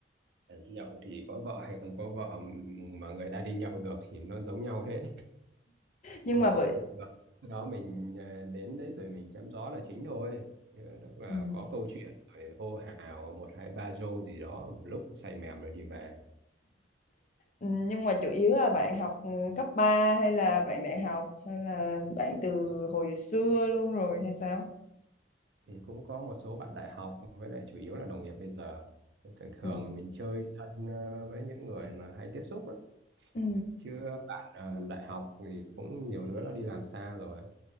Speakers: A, on the right (about 70°); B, on the left (about 45°).
A: nhậu thì có vợ hay không có vợ mà người ta đi nhậu được thì nó giống nhau hết
B: nhưng
A: mà
B: mà bởi
A: thường thường cái đó mình ờ, đến đấy rồi mình chém gió là chính thôi Ờ, lúc là
B: Ừ.
A: có câu chuyện rồi hô hào một hai ba rô gì đó một lúc say mềm rồi đi về
B: nhưng mà chủ yếu là bạn học ừ, cấp 3 hay là bạn đại học hay là bạn từ hồi xưa luôn rồi hay sao?
A: thì cũng có một số bạn đại học với lại chủ yếu là đồng nghiệp bây giờ thường thường
B: Ừ.
A: là mình chơi thân ờ, với những người mà hay tiếp xúc á.
B: Ừ.
A: chứ bạn ờ, đại học thì cũng nhiều đứa nó đi làm xa rồi